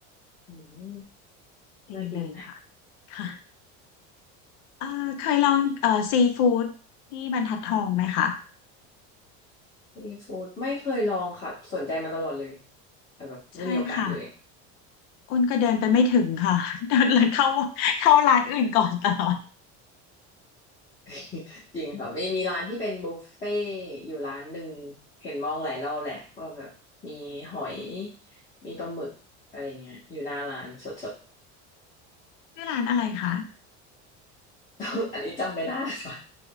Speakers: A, on the left; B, on the left.
A: อืม
B: ดีเลยค่ะ
A: น่ากิน
B: ค่ะเอ่อเคยลองเอ่อซีฟู้ดที่บรรทัดทองไหมคะ
A: ซีฟู้ดไม่เคยลองค่ะสนใจมาตลอดเลยแต่แบบไม่มีโอกาสเลย
B: ใช่ค่ะอ้นก็เดินไปไม่ถึงค่ะ <laughs> เดินเล้เข้าเข้าร้านอื่นก่อนตลอด
A: <laughs> จริงค่ะไมีมีร้านที่เป็นบุฟเฟ่ต์อยู่ร้านหนึ่งเห็นมองหลายรอบแหละว่าแบบมีหอยมีปลาหมึกอะไรอย่างเงี้ยอยู่หน้าร้านสด
B: ชื่อร้านอะไรคะ
A: ๆ <laughs> อันนี้จำไม่ได้ค่ะ